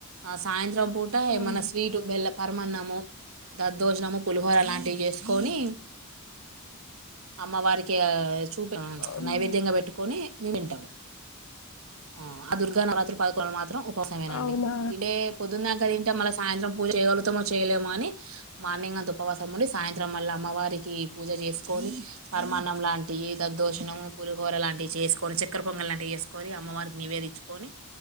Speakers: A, on the right; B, on the left.
A: ఆ సాయంత్రం పూట
B: అవును
A: ఏమన్న స్వీటు, బెల్లం పర్మన్నము దద్ దోజనము, పులిహోర లాంటివి చేస్ కోనీ అమ్మ వారికి ఆ చూప ప్చ్
B: అవునా
A: నైవేద్యంగా పెట్టుకొని మేమ్ తింటాం. ఆ ఆ దుర్గా నవరాత్రులు పదకొలు మాత్రం ఉ కోసమేనండి.
B: అవునా
A: తింటే పొద్దుదాక తింటే మలస సాయంత్రం పూజచేయగలుగుతమో చేయలేము. అని మార్నింగ్ అంత ఉపవాసం ఉండి. సాయంత్రం మల్ల అమ్మవార్ కి పూజ చేసుకొని పరమాన్నం లాంటివి దదోజణం పులిహోర లాంటివి చేసుకొని చక్కర పొంగల్ లాంటివి చేసుకొని అమ్మవారికి నివేదించుకొని